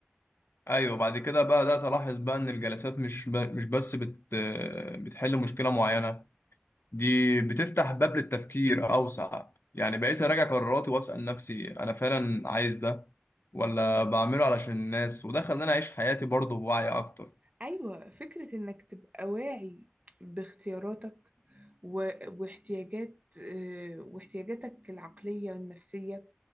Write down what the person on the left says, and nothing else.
ايوه بعد كده بقى بدات الاحظ بقى ان الجلسات مش ب... مش بس بت... آه، بتحل مشكله معينه دي بتفتح باب للتفكير اوسع يعني بقيت اراجع قراراتي واسال نفسي انا فعلا عايز ده ولا بعمله علشان الناس وده خلاني اعيش حياتي برضه بوعي اكتر